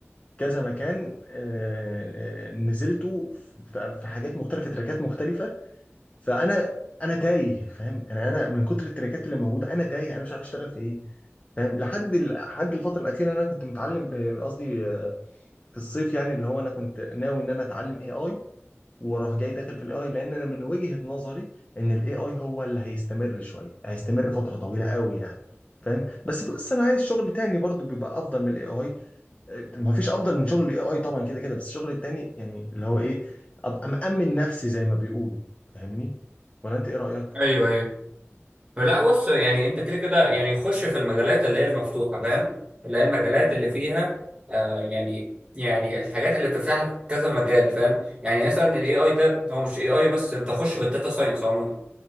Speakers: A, on the left; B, on the right.
A: كذا مكان آه، آه، نزلته في في حاجات مختلفه تراكات مختلفه فانا انا تايه فاهم يعني انا من كتر التراكات اللي موجوده انا تايه انا مش عارف اشتغل في ايه فاهم لحد ال- لحد الفتره الاخيره انا كنت متعلم آه، قصدي آه، في الصيف يعني اللي هو انا كنت ناوي ان انا اتعلم اي اي واروح جاي داخل في الاي اي لان انا من وجهه نظري ان الاي اي هو اللي هيستمر شويه هيستمر فتره طويله قوي يعني فاهم بس بس انا عايز شغل تاني برضو بيبقى افضل من الاي اي ما فيش افضل من شغل الاي اي طبعا كده كده بس الشغل التاني يعني اللي هو ايه ابقى مأمن نفسي زي ما بيقولوا فاهمني ولا انت ايه رأيك
B: ايوه ايوه لا بص يعني انت كده كده يعني خش في المجالات اللي هي المفتوحه فاهم اللي هي المجالات
A: مم.
B: اللي فيها آه يعني يعني الحاجات اللي بتفتح لك كذا مجال فاهم يعني مثلا الاي اي ده هو مش اي اي بس انت خش في الداتا ساينس عموما